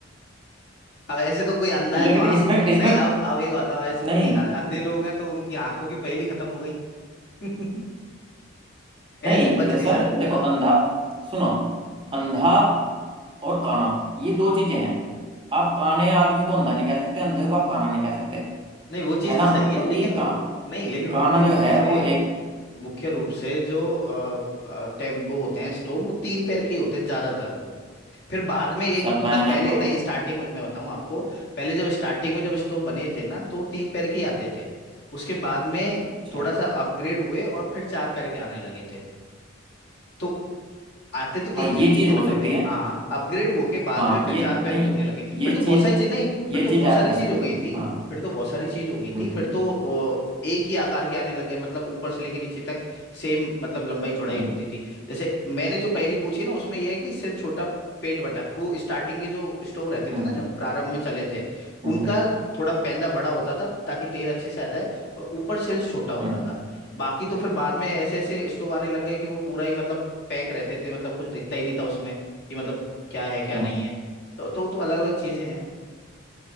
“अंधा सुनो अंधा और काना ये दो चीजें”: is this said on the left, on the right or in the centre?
Right